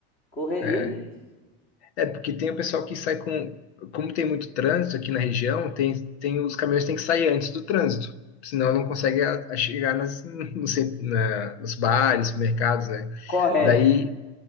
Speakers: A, on the left; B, on the left.
A: correria
B: É,
A: mesmo.
B: É, porque tem o pessoal que sai com. Como tem muito trânsito aqui na região, tem, tem os caminhões têm que sair antes do trânsito. Senão não consegue a- a chegar nas, <laughs> no cent- na- nos bares, supermercados, né?
A: Correto.
B: Daí,